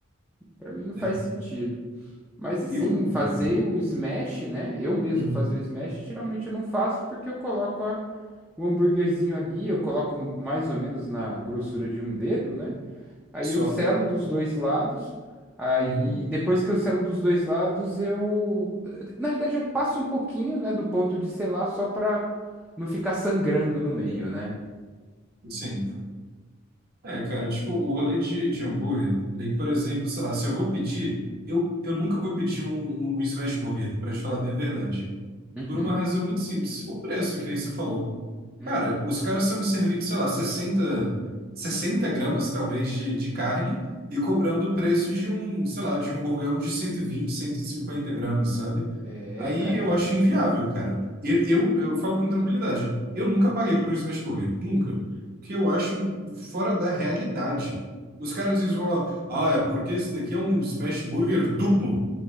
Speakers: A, in the centre; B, on the right.
A: pra mim não
B: né?
A: faz sentido. Mas assim,
B: Eu...
A: fazer o smash, né? Eu mesmo
B: Uhum.
A: fazer o smash, geralmente eu não faço porque eu coloco a- o hambúrguerzinho ali, eu coloco mais ou menos na grossura de um dedo, né? Aí
B: Só?
A: eu selo dos dois lados. Aí
B: Uhum.
A: depois que eu selo dos dois lados, eu na verdade eu passo um pouquinho, né, do ponto de selar só pra não ficar sangrando no meio, né?
B: Sim. É, cara, tipo, o rolê de, de hambúrguer, daí, por exemplo, sei lá, se eu vou pedir, eu, eu nunca vou pedir um, um smash burger, pra te falar bem a verdade.
A: Uhum,
B: Por uma razão muito simples. O preço, que nem você falou.
A: uhum.
B: Cara, os caras estão me servindo, sei lá, sessenta sessenta gramas, talvez, de, de carne e cobrando o preço de um, sei lá, de um burgão de cento cento e vinte cento e cinquenta gramas, sabe?
A: É,
B: Aí
A: cara,
B: eu
A: é
B: acho
A: absurdo.
B: inviável, cara. Eu, eu, eu falo com tranquilidade. Eu nunca paguei por um smash burger. Nunca. Porque eu acho fora da realidade. Os caras às vezes vão lá, ah, é porque esse daqui é um smash burger duplo.